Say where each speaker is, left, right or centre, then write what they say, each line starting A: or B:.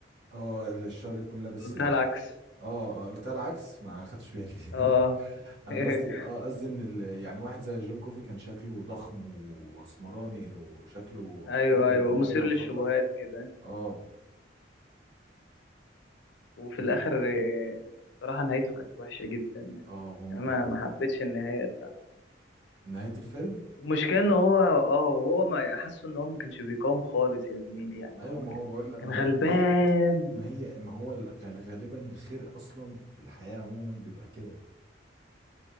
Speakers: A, on the right; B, on the left.
A: اه الشر يكون لابس
B: قلتها
A: اه
B: العكس
A: آه، قلتها العكس ما خدتش بالي <laughs>
B: اه
A: انا
B: <laughs>
A: قصدي اه قصدي ان ال... يعني واحد زي جون كوفي كان شكله ضخم واسمراني وشكله
B: ايوه
A: رجل
B: ايوه ومثير
A: مافيا وخطر
B: للشبهات كده
A: اه
B: وفي
A: إن...
B: الاخر آه، صراحة نهايته كانت وحشة جدا يعني
A: اه وهم
B: يعني انا
A: بيكرهوا
B: ما حبيتش النهاية
A: نهاية الفيلم
B: المشكلة ان هو اه هو ما حاسه ان هو ما كانش بيقاوم خالص يا زميلي يعني
A: ايوه
B: هو ما
A: ما
B: كان
A: هو بقول لك
B: كان
A: ما
B: غلبان
A: هي ما... ايوه ما هي ما هو الغ- غالبا الخير اصلا في الحياة عموما بيبقى كده